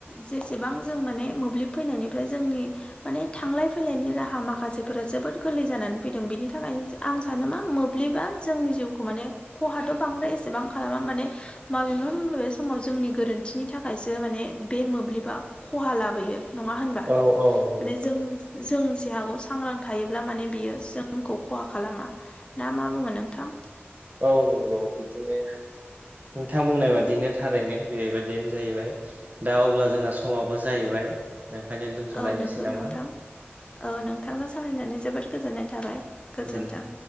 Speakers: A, on the left; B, on the right.
A: जेसेबां जों माने मोब्लिब फैनायनिफ्राय जोंनि माने थांलाय फैलायनि राहा माखासेफोरा जोबोद गोरलै जानानै फैदों बेनि थाखायनो आं सानो मा मोब्लिबा जोंनि जिउखौ माने खहाथ' बांद्राय एसेबां खालामा माने माबेबा माबेबा समाव जोंनि गोरोन्थिनि थाखायसो माने बे मोब्लिबा खहा लाबोयो नङा होनबा
B: औ औ नंगौ
A: माने
B: औ
A: जों जों जे हागौ सांग्रां थायोब्ला माने बियो जोंखौ खहा खालामा। ना मा बुङो नोंथां।
B: औ नंगौ बिदिनो नोंथां बुंनाय बादिनो थारैनो बेबायदियानो जाहैबाय। दा अब्ला जोंना समाबो जाहैबाय ओंखायनो दोन्थ'लायनोसै
A: औ नंगौ
B: नामा।
A: नोंथां औ नोंथांजों सावरायनानै जोबोद गोजोननाय थाबाय। गोजोन्थों
B: गोजोन